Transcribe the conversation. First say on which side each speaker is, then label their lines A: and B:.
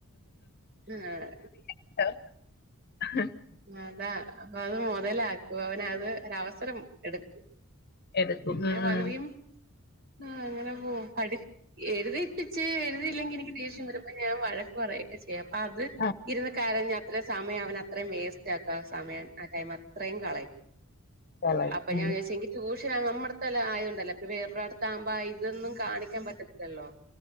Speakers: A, on the right; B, on the left.
A: ആഹ്
B: <unintelligible>
A: അതാ അപ്പ അത് മൊതലാക്കും അവനത് ഒരവസരം എടുക്കും
B: എടുക്കും
A: എന്നെ
B: ഉം,
A: പകതിയും
B: ഉം.
A: ആഹ് അങ്ങനെ പോ അടി എഴുതിയിട്ടിച്ച് എഴുതിയില്ലെങ്കി എനിക്ക് ദേഷ്യം വരുമ്പ ഞാൻ വഴക്ക് പറയും ചെയ്യാം. അപ്പ അത്
B: ആ,
A: ഇരുന്ന് കരഞ്ഞ് അത്ര സമയം അവനത്രയും വേസ്റ്റ് ആക്ക സമയം. ആ ടൈം അത്ര- ടൈം കളയും.
B: കളയും
A: അപ്പൊ ഞാൻ
B: ഉം.
A: വിചാരിച്ചു എങ്കി ട്യൂഷൻ നമ്മുടെത്തെല്ലേ ആയോണ്ടല്ലേ? <unintelligible> ഇവടെ അടുത്താവുമ്പ അയ് ഇതൊന്നും കാണിക്കാൻ പറ്റത്തില്ലല്ലോ